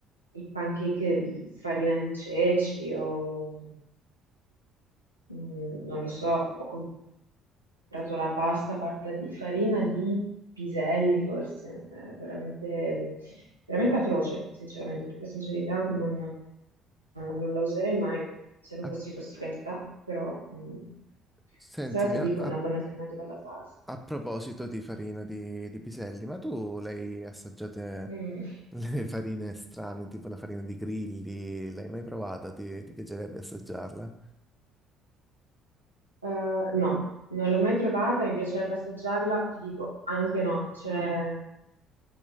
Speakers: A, on the right; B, in the centre.
A: i pancake di farina di ceci o mh, non lo so, ho comprato la pasta fatta di farina di piselli, forse, è veramente, veramente atroce, sinceramente, in tutta sincerità non, non la userei mai se non
B: Ah,
A: fossi costretta, però, mm,
B: sentimi,
A: però ti dico,
B: a, a-
A: è una buona alternativa alla pasta.
B: a proposito di farina di, di piselli, ma tu l'hai assaggiate
A: Mm.
B: <laughs> le farine strane, tipo la farina di grilli, l'hai mai provata? Ti, ti piacerebbe assaggiarla?
A: Eh, no, non l'ho mai provata, mi piacerebbe assaggiarla, ti dico, anche no, cioè,